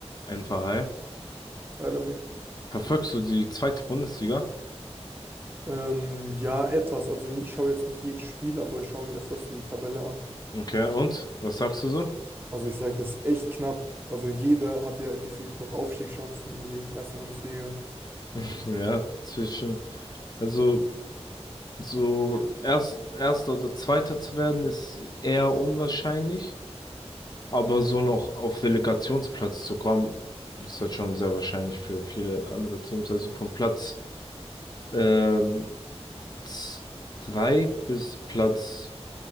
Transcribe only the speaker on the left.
Ein Verhall.
Verfolgst du die zweite Bundesliga?
Okay, und was sagst du so?
<laughs> Ja, zwischen, also so erst, erster oder zweiter zu werden ist eher unwahrscheinlich, aber so noch auf Relegationsplatz zu kommen, ist halt schon sehr wahrscheinlich für viele andere Teams. Also vom Platz ähm, z- zwei bis Platz,